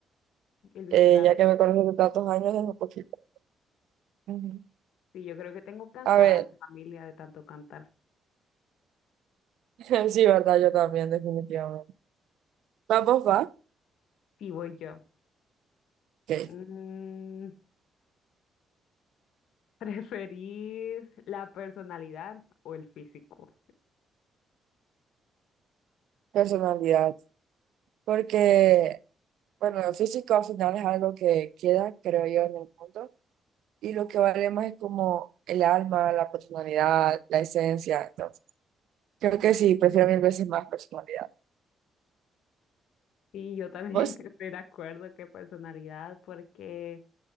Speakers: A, on the left (about 75°); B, on the right (about 80°).
A: El video
B: eh,
A: también.
B: ya que me conoces de tantos años, es un poquito. Ujú.
A: Sí, yo creo que tengo cansada
B: A ver,
A: a mi familia de tanto cantar.
B: <laughs> sí, verdad, yo también, definitivamente. Vamos, va.
A: Sí, voy yo.
B: Ok.
A: Mm, <laughs> ¿preferís la personalidad o el físico?
B: Personalidad. Porque, bueno, el físico al final es algo que queda, creo yo, en el mundo. Y lo que vale más es como el alma, la personalidad, la esencia. Entonces, creo que sí, prefiero mil veces más personalidad.
A: Y yo también
B: ¿Vos?
A: <laughs> estoy de acuerdo que personalidad, porque